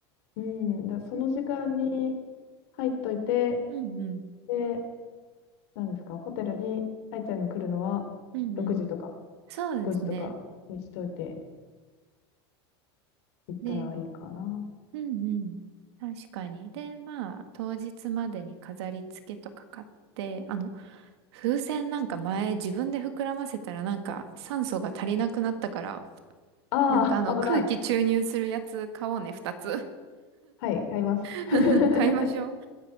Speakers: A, on the left; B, on the right.
A: うん。だその時間に
B: うん
A: 入っといて、
B: うんうん。
A: で、何ですか、ホテルに愛ちゃんが来るのは6時とか
B: うんうん。そうですね。
A: 5時とかにしといて行ったらいいかな。
B: で、うんうん。確かに。で、まあ、当日までに飾り付けとか買って、あの、風船なんか前自分で膨らませたらなんか酸素が足りなくなったから、
A: ああ、
B: なんかあの空気注入するやつ買おうね、
A: 危ない。
B: 二つ。
A: はい、買います。<laughs>
B: <laughs> 買いましょう。